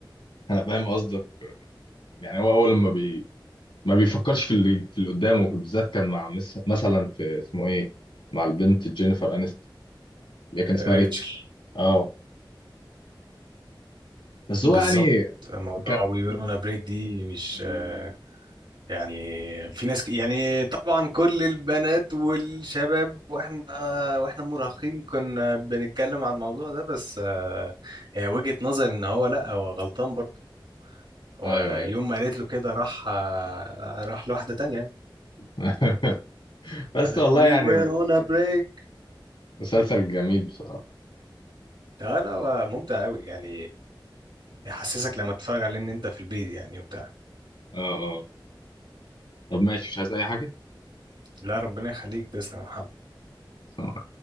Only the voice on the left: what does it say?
انا فاهم قصدك يعني هو اول لما بي ما بيفكرش في اللي في اللي قدامه بالذات كان مع مس... مثلا في اسمه ايه مع البنت جينيفر انست اللي هي كان
اسمها
ريتش اه بس
هو يعني
كان
ايوه ايوه
<laughs> بس
والله
يعني
مسلسل جميل بصراحة
اه اه طب ماشي مش عايز اي حاجه
ف-